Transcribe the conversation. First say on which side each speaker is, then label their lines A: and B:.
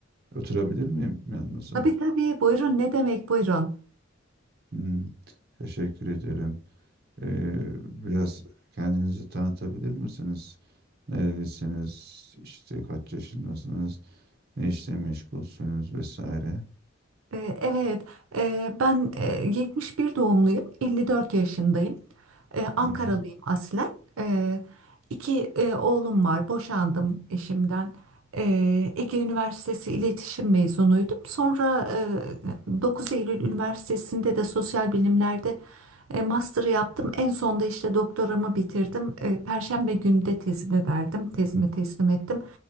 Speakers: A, on the right (about 50°); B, on the right (about 85°).
A: Oturabilir miyim yanınıza?
B: Tabii tabii. Buyurun. Ne demek buyurun?
A: Hmm, teşekkür ederim. Ee, biraz kendinizi tanıtabilir misiniz? Nerelisiniz? İşte kaç yaşındasınız? Ne işle meşgulsünüz vesaire.
B: Ee, Evet, ee, ben e, 71 doğumluyum, 54 yaşındayım. Ee, Ankaralıyım
A: Hı hı.
B: aslen. Ee, İki e, oğlum var, boşandım eşimden. Ee,
A: Hı hı.
B: Ege Üniversitesi İletişim mezunuydum. Sonra e, 9 Eylül Üniversitesi'nde de sosyal bilimlerde e, master'ı yaptım. En sonda işte doktoramı bitirdim. E, Perşembe günü de tezimi verdim, tezimi teslim ettim.